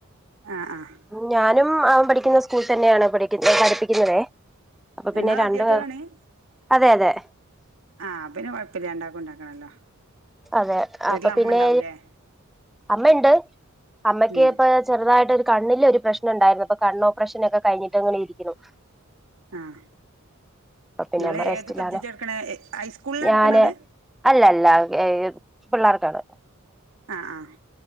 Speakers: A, on the right; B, in the centre.
A: ആഹ് ആഹ്
B: ഞാനും അവൻ പഠിക്കുന്ന സ്കൂൾ തന്നെയാണ് പഠിപ്പിക്കുന്നുന്നതെ അപ്പൊ പിന്നെ
A: ഇങ്ങള്
B: രണ്ട്
A: അധ്യാപികാണ്
B: അതെ അതെ
A: ആഹ് പിന്നെ കൊഴപ്പില്ലാരണ്ടാക്ക് ഉണ്ടാക്കണല്ലോ
B: അതെ
A: വീട്ടില്
B: അപ്പൊ
A: അമ്മ
B: പിന്നെ
A: ഇണ്ടാവൂലേ
B: അമ്മയുണ്ട് അമ്മക്ക്
A: ഉം
B: ഇപ്പ ചെറുതായിട്ട് ഒരു കണ്ണില് ഒരു പ്രശ്നം ഉണ്ടായിരുന്നു അപ്പൊ കണ്ണ് ഓപ്പറേഷന് ഒക്കെ കഴിഞ്ഞിട്ട് ഇങ്ങനെ ഇരിക്കുന്നു
A: ആഹ്
B: അപ്പൊ പിന്നെ
A: നിങ്ങൾ
B: അമ്മ റെസ്റ്റിലാണ്
A: ഏത് സബ്ജക്ട് എടുക്കണെ ഹൈസ്കൂളില
B: ഞാന്
A: എടുക്കണത്
B: അല്ല അല്ല എൽ പിള്ളേർക്കാണ്
A: ആഹ് ആഹ്